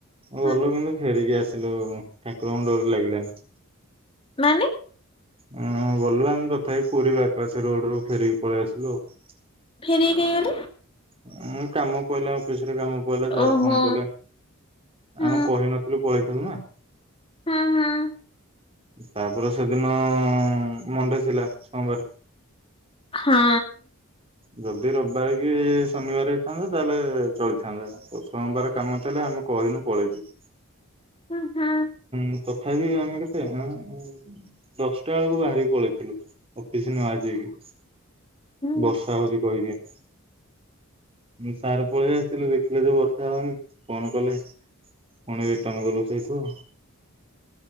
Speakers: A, on the right; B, on the left.
A: ଗଲୁ
B: ହୁଁ
A: କିନ୍ତୁ ଫେରିକି ଆସିଲୁ ଠାକୁରଙ୍କ ଡୋରି ଲାଗିଲାନି।
B: ମାନେ?
A: ହଁ ଗଲୁ ଆମେ କଥା ହେଇ ପୁରୀ ବାଇପାସ୍ ରୋଡ଼ ରୁ ଫେରିକି ପଳେଇ ଆସିଲୁ ଆଉ।
B: ଫେରିକି କାଇଁ ଗଲେ?
A: ଉଁ କାମ ପଇଲା ଅଫିସ ରେ କାମ ପାଇଲା ସାର
B: ଓହୋ
A: ଫୋନ କଲେ।
B: ହୁଁ
A: ଆମେ କହିନଥିଲୁ ପଳେଇଥିଲୁ ନା।
B: ହଁ ହଁ।
A: ତାପରେ ସେଦିନ ମଣ୍ଡେ ଥିଲା ସୋମବାର।
B: ହଁ।
A: ଯଦି ରବିବାର କି ଶନିବାର ହେଇଥାନ୍ତା ତାହେଲେ ଚଳିଥାନ୍ତା। ତ ସୋମବାର କାମ ଥିଲା ଆମେ କହିନୁ ପଳେଇଚୁ?
B: ହଁ ହଁ।
A: ଉଁ ତଥାପି ଆମେ କେତେ ଆଉ ଦଶଟା ବେଳକୁ ବାହାରିକି ପଳେଇଥିଲୁ ଅଫିସ ନଆସିକି।
B: ହୁଁ
A: ବର୍ଷା ହଉଛି କହିକି? ମୁଁ ସାର୍ ପଳେଇ ଆସିଲେ ଦେଖିଲେ ଯେ ବର୍ଷା ହଉନି ଫୋନ୍ କଲେ। ପୁଣି ଏଇ ଟଙ୍ଗ ବସେଇଥିବ।